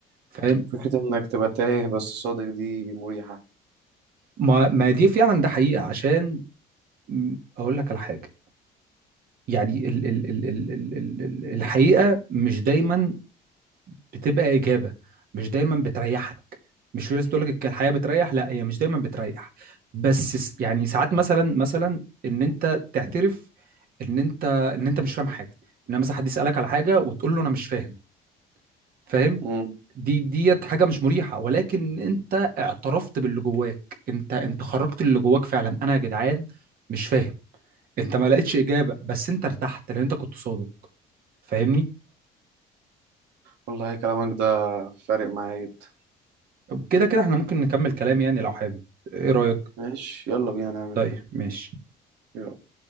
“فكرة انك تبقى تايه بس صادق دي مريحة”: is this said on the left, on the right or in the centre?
Right